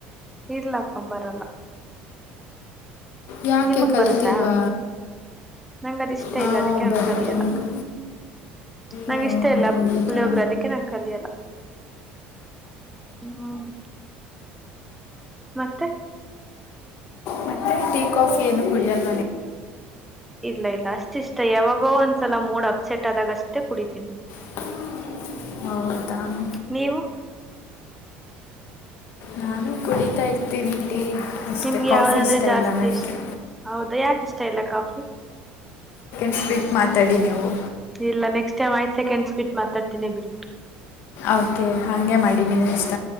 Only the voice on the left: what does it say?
ಯಾಕೆ
ಕಲ್ತಿಲ್ವಾ.
ಹಾಂ
ಬರುತ್ತೆ
ನಿಮ್ಗೆ.
ಆ,
ಹೌದಾ
ಮತ್ತೆ ಟೀ ಕಾಫಿ ಏನ್ನು ಕುಡಿಯಲ್
<inaudible> ಹೌದಾ
ನಾನು ಕುಡಿತಾ ಇರ್ತೀನಿ. ಟೀ ಅಷ್ಟೇ
ಕಾಫಿ
ಇಷ್ಟ
ಇಲ್ಲ ನನಗೆ
ಟ್ವವಿಟ್ ಮಾತಾಡಿ ನೀವು.
ಓಕೆ ಹಾಗೇ ಮಾಡಿ ನೀವು ಇಷ್ಟ.